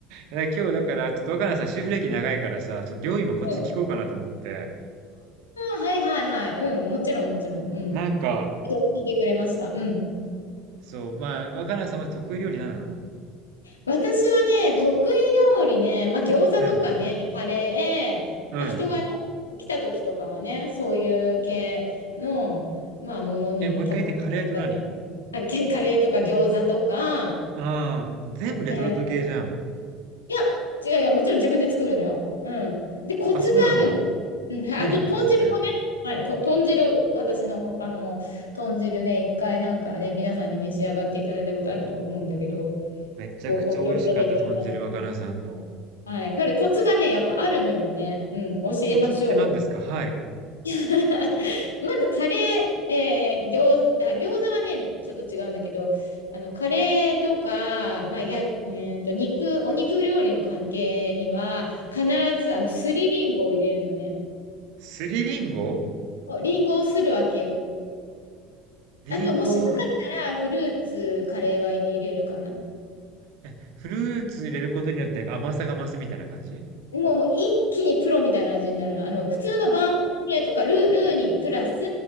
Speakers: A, on the right; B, on the left.
A: だ今日だから、ちょっと若菜さん、主婦歴長いからさ、ちょっと料理のコツ聞こうかなと思って。
B: うん。ああ、はいはいはい。うん、もちろんもちろん。うん。
A: なんか、
B: 聞いてくれました。うん。
A: そう、まあ、若菜さんまず得意料理何なの
B: 私はね、得意料理ね、まあ、餃子とかね、
A: うん。
B: カレー、
A: うん。
B: まあ、人がね、来た時とかはね、そういう系の、まあ、ものに多分、
A: え、もう一回言って、カレーと何
B: <laughs> あけカレーとか餃子とか、
A: ああ、全部レトルト系じゃん。
B: えーいや、違う、いや、もちろん自分で作るのよ。うん。で、コツがあるのよ。
A: あ、そうなんだ。
B: うん、あと、
A: 何コツって。
B: 豚汁もね、はい、と、豚汁、私のほ、あの、豚汁ね、一回なんかね、皆さんに召し上がっていただいたことあると思うんだけど、
A: めちゃくちゃ美味しかった、
B: ご好評いただいております。
A: 豚汁若菜さんの。
B: はい。だからコツがね、やっぱあるのよね。うん、教えましょう。
A: コツって何ですかはい。
B: <laughs> まずカレー、えー餃子、あ、餃子はね、ちょっと違うんだけど、あの、カレーとか、まあ、や、うーんと、肉、お肉料理の関係には、必ず、あの、すりりんごを入れるのね。
A: すりりんご
B: そうリンゴをするわけよ。
A: りんご。
B: あと、もしなかったら、フルーツ、カレーは入れるかな。
A: え、フルーツ入れることによってなんか甘さが増すみたいな感じ
B: もう、もう一気にプロみたいな味になるの。あの、普通のバームクーヘンとかル、ルーにプラス、